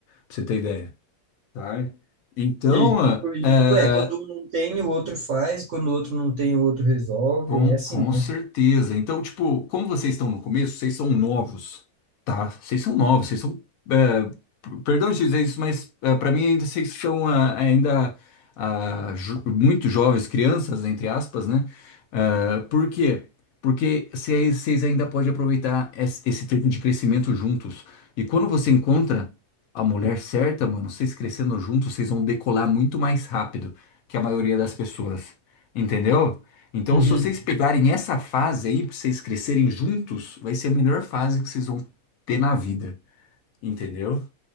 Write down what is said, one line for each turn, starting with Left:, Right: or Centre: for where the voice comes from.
Left: pra você ter ideia, tá? Então,
Right: E, e,
Left: é,
Right: e- ué, quando um não tem, o outro faz, quando o outro não tem, o outro resolve,
Left: Com,
Right: é assim,
Left: com
Right: né?
Left: certeza. Então, tipo, como vocês estão no começo, vocês são novos, tá? Vocês são novos, vocês são. é, p- perdão de dizer isso, mas é, para mim ainda vocês são ah, ainda ah, jo- muito jovens, crianças, entre aspas, né? Ah, por quê? Porque vocês vocês ainda podem aproveitar es- esse tempo de crescimento juntos. E quando você encontra a mulher certa, mano, vocês crescendo juntos, vocês vão decolar muito mais rápido que a maioria das pessoas. Entendeu? Então,
Right: Uhum.
Left: se vocês pegarem essa fase aí, pra vocês crescerem juntos, vai ser a melhor fase que vocês vão ter na vida, entendeu?